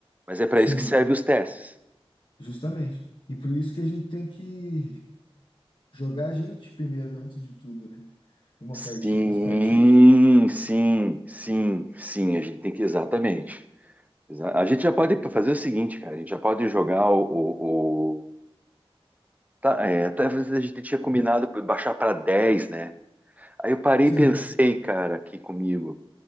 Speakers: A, on the right; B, on the left.
A: Mas é para
B: Sim,
A: isso que servem os testes.
B: justamente. E por isso que a gente tem que Jogar a gente primeiro, antes de tudo, né? Uma
A: Sim,
B: partida, umas partidas.
A: sim, sim, sim. A gente tem que exatamente. Exa- A gente já pode fazer o seguinte, cara. A gente já pode jogar o, o, o- tá, é, talvez a gente tinha combinado pra baixar para 10, né? Aí eu parei
B: Sim.
A: e pensei, cara, aqui comigo.